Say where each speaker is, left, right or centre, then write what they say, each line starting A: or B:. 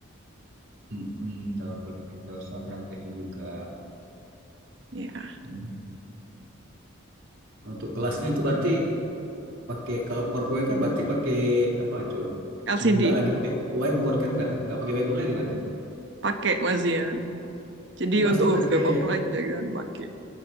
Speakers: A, on the right (about 70°); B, on the right (about 55°).
A: Mm-mm, tahu praktek- tahu sama prakteknya juga.
B: Ya.
A: Hmm. Untuk kelasnya itu berarti pakai kalau PowerPoint kan berarti pakai apa itu
B: LCD
A: nggak lagi pakai whiteboard kan nggak nggak pakai whiteboard lagi berarti
B: pakai Mazian. Jadi
A: oh masih
B: untuk
A: pakai
B: beberapa pelajaran pakai.